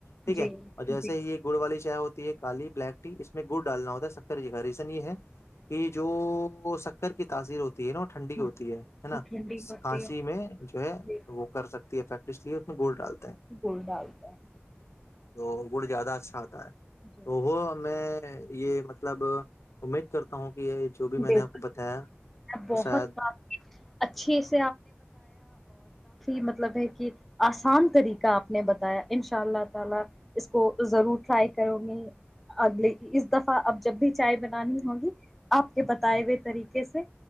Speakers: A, on the left (about 80°); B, in the centre.
A: ٹھیک
B: جی
A: ہے اور جیس
B: جی
A: ہی یہ گڑ والی کیا ہوتی ہے کالی بلیک ٹی اس میں گڑ ڈالنا ہوتا سکر جی کا ریزن یہ ہے یہ جو شکار کی تاثیر ہو تینوں ٹھنڈی
B: ہاں
A: ہوتی ہے ہے نا
B: تو ٹھنڈی ہوتی
A: کھانسی
B: ہے
A: میں جو ہے
B: جی،
A: وہ کر سک تی ہے فیکٹریٹ اس میں گول ڈال
B: گول ڈالتا ہے
A: تو گڑ زیادہ اچھا تا ہے
B: جی
A: تو
B: جی
A: وہ میں یہ ما مطلب کرتا ہوں کہ یہ جو بھی
B: <unintelligible>
A: میں نے آپ کو بتایا
B: وہی
A: وہ شاید
B: مطلب ہے کہ آسان طریقہ آپ نے بتایا ان شاء اللہ تعالی اس کو ضرور ٹرائی کروں گی اگلے اس دفعہ اب جب بھی چائے بنا نانی ہوں گی آپ کے بتائے ہوئے طریقے سے